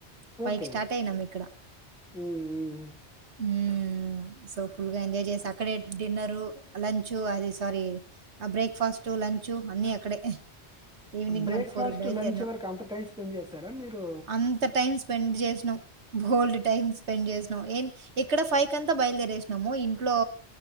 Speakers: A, on the right; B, in the centre.
A: ఫైవ్
B: ఓకే
A: స్టార్ట్ అయినాం ఇక్కడ.
B: ఉమ్ ఉమ్
A: ఉహ్మ్ సో ఫుల్ గా ఎంజాయ్ చేసా అక్కడే డిన్నరు లంచు అది సారీ ఆ బ్రేక్ఫాస్ట్, లంచు అన్ని అక్కడే ఈవినింగ్
B: బ్రేక్ఫాస్ట్,
A: మళ్ళీ బయలుదేరినాం.
B: లంచ్ వరకు అంత టైం స్పెండ్ చేసారా మీరు
A: అంత టైం స్పెండ్ చేసినాం. బోల్డ్ టైం స్పెండ్ చేసినాం ఇక్కడ ఫైవ్ కంతా బయలుదేరేసినాము ఇంట్లో